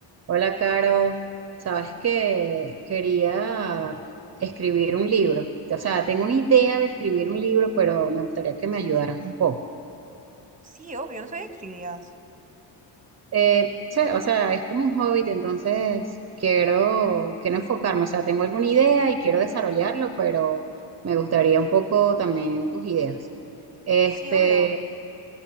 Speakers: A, on the right (about 35°); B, on the right (about 15°).
A: Hola, Caro. Sabes que quería escribir un libro. O sea, tengo una idea de escribir un libro, pero me gustaría que me ayudaras un poco.
B: Sí, obvio, no sabía que escribías.
A: Eh, sé- o sea, es como un hobby, entonces quiero, quiero enfocarme. O sea, tengo alguna idea y quiero desarrollarlo, pero me gustaría un poco también tus ideas. Este,
B: Sí, obvio.